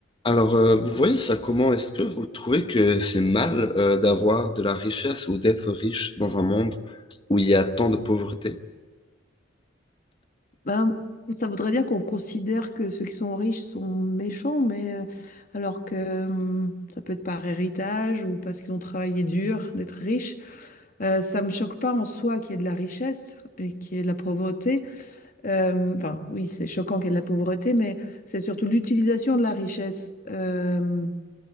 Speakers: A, on the left (about 25°); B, on the left (about 45°).
A: Alors, euh, vous voyez ça comment? Est-ce que vous trouvez que c'est mal euh, d'avoir de la richesse ou d'être riche dans un monde où il y a tant de pauvreté?
B: Ben, ça voudrait dire qu'on considère que ceux qui sont riches sont méchants, mais euh, alors que hum, ça peut être par héritage ou parce qu'ils ont travaillé dur d'être riches. Euh, ça me choque pas en soi qu'il y ait de la richesse et qu'il y ait de la pauvreté. Euh, enfin, oui, c'est choquant qu'il y ait de la pauvreté, mais c'est surtout l'utilisation de la richesse euh,